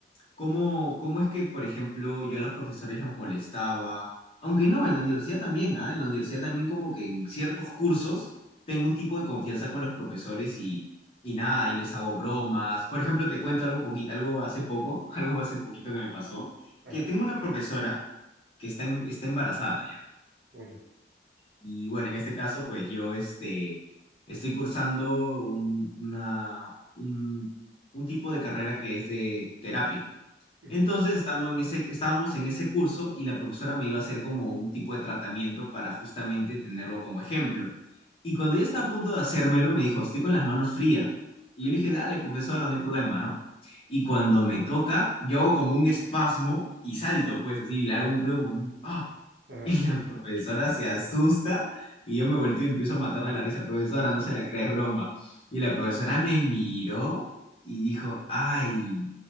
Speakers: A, on the left; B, on the right.
A: ¿Cómo, cómo es que, por ejemplo, yo a los profesores los molestaba? Aunque no, en la universidad también, ¿ah? En la universidad también como que en ciertos cursos tengo un tipo de confianza con los profesores y, y nada, y les hago bromas. Por ejemplo, te cuento algo poquito, algo hace poco, <laughs> algo hace poquito que me pasó,
B: Ajá,
A: que tengo una profesora que está, em- está embarazada ya.
B: oye.
A: Y bueno, en este caso, pues yo este, estoy cursando un, una, un, un tipo de carrera que es de terapia.
B: Ujú.
A: Entonces estamos en ese, estábamos en ese curso y la profesora me iba a hacer como un tipo de tratamiento para justamente tenerlo como ejemplo. Y cuando ella estaba a punto de hacérmelo, me dijo, estoy con las manos frías. Y yo le dije, dale, profesora, no hay problema, ¿no? Y cuando me toca, yo hago como un espasmo y salto, pues así, le hago un ruido como un, ah,
B: Ajá.
A: y la profesora se asusta y yo me vuelto y empiezo a matar de la risa. Profesora, no se la crees, broma. Y la profesora me miró y dijo, ay,